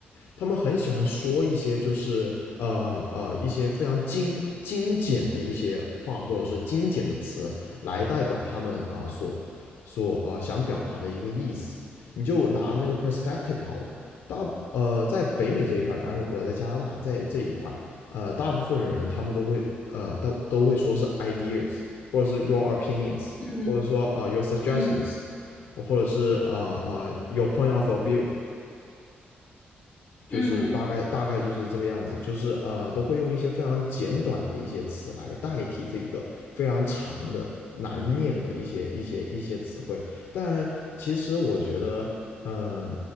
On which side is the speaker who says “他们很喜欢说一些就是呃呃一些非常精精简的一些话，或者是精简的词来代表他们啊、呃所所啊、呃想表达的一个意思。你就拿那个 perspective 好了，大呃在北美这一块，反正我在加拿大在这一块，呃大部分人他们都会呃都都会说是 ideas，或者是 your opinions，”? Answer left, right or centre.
Left